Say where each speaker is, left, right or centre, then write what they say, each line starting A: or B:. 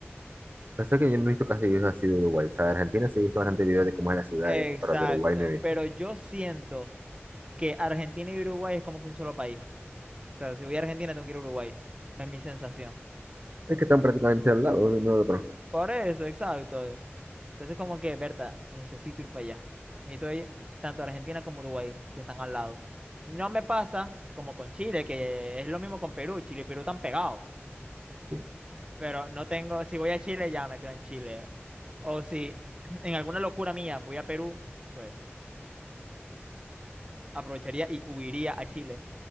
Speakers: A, on the right; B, on the right.
A: Pasa que yo no he visto casi videos así de Uruguay. O sea, de Argentina sí he visto bastante videos de cómo es la ciudad,
B: Exacto,
A: y eso, pero de Uruguay no he visto.
B: pero yo siento que Argentina y Uruguay es como que un solo país. O sea, si voy a Argentina tengo que ir a Uruguay. Es mi sensación.
A: Es que están prácticamente al lado uno del otro.
B: Por eso, exacto. Entonces como que, Berta, necesito ir para allá. Necesito ir tanto a Argentina como a Uruguay, que están al lado. No me pasa como con Chile, que es lo mismo con Perú. Chile y Perú están pegados.
A: Sí.
B: pero no tengo, si voy a Chile, ya me quedo en Chile. O si <clears throat> en alguna locura mía voy a Perú, pues aprovecharía y huiría a Chile.